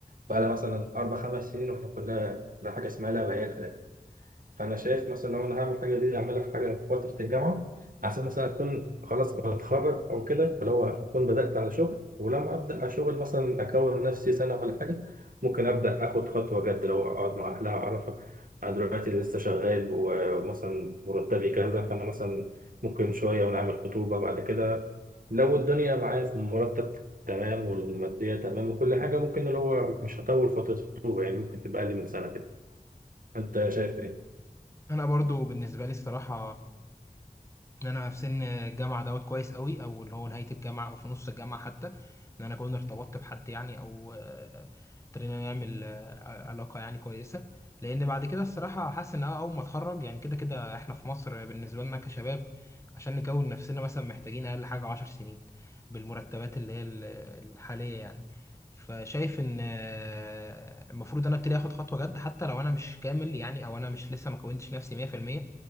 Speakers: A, on the right; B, on the left.
A: بقى لها مثلا اربع خمس سنين واحنا كلها لا حاجه اسمها لا بيات فانا شايف مثلا لو انا هعمل حاجه دي اعملها في حاجه في فتره الجامعه عشان مثلا اكون خلاص بتخرج او كده فلو هو اكون بدات على شغل ولما ابدا على شغل مثلا اكون نفسي سنه ولا حاجه ممكن ابدا اخد خطوه جد لو اقعد مع اهلها اعرفها انا دلوقتي لسه شغال ومثلا مرتبي كذا فانا مثلا ممكن شويه ونعمل خطوبه بعد كده لو الدنيا معايا في مرتب تمام والماديه تمام وكل حاجه ممكن اللي هو مش هطول فتره الخطوبه يعني ممكن تبقى اقل من سنه كده انت شايف ايه؟
B: انا برضو بالنسبه لي الصراحه ان انا في سن الجامعه دوت كويس قوي او اللي هو نهايه الجامعه او في نص الجامعه حتى ان انا كنت ارتبطت بحد يعني او آه، ابتدينا نعمل آه، علاقه يعني كويسه لان بعد كده الصراحه حاسس ان أنا اول ما اتخرج يعني كده كده احنا في مصر بالنسبه لنا كشباب عشان نكون نفسنا مثلا محتاجين اقل حاجه عشر سنين بالمرتبات اللي هي ال- الحاليه يعني فشايف ان آه، المفروض انا ابتدي اخد خطوه جد حتى لو انا مش كامل يعني او انا مش لسه ما كونتش نفسي 100%